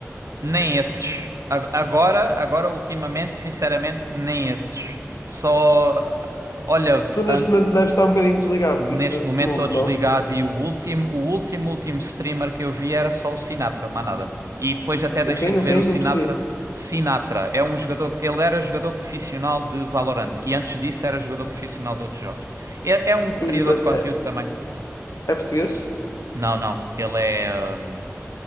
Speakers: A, on the right; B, on the left.
A: Nem esses. A- Agora, agora ultimamente, sinceramente, nem esses. Só, ah, olha,
B: Tu neste
A: ant-
B: momento deves estar um bocadinho desligado
A: neste
B: de- desse
A: momento
B: mundo,
A: estou desligado
B: não?
A: e o último, o último, último streamer que eu vi era só o Sinatra, mais nada. E depois até
B: O
A: deixei
B: quem?
A: de
B: O
A: ver
B: quem?
A: o Sinatra.
B: Não percebi.
A: Sinatra é um jogador, ele era jogador profissional de Valorant e antes disso era jogador profissional de outros jogos. É, é um criador
B: E, mas
A: de conteúdo
B: é,
A: também.
B: é português?
A: Não, não, ele é, hum,